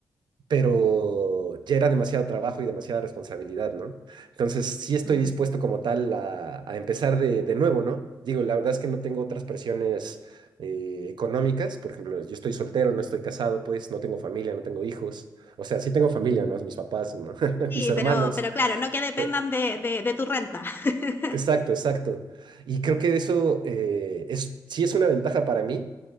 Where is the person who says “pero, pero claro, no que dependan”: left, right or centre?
Left